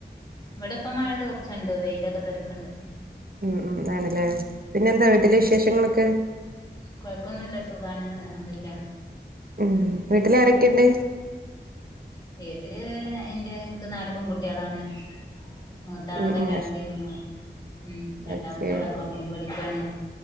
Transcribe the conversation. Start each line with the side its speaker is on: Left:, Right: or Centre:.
Left: ഇവിടെ ഇപ്പ മഴ തീർച്ചണ്ട് വെയിലൊക്കെ തെറിക്കണ്ട്
Right: ഉം ഉം ആണല്ലേ പിന്നെന്താ വീട്ടില്
Left: ഉം
Right: വിശേഷങ്ങളൊക്കെ?
Left: കൊഴപ്പൊന്നുല്ല സുഖാണ് അൽഹംദില്ല
Right: ഉം വീട്ടിലാരൊക്കെണ്ട്
Left: വീട്ടില് ഇന്റെ ഇൻക്ക് നാല് പെൺകുട്ടികളാണ് മൂത്ത ആളെ
Right: ഉം
Left: കല്യാണം
Right: ഉം
Left: കഴഞ്ഞു ഉം രണ്ടാമത്തോള
Right: ഓക്കെ
Left: അക്കൗണ്ടിങ്ങിന് പഠിക്കാണ്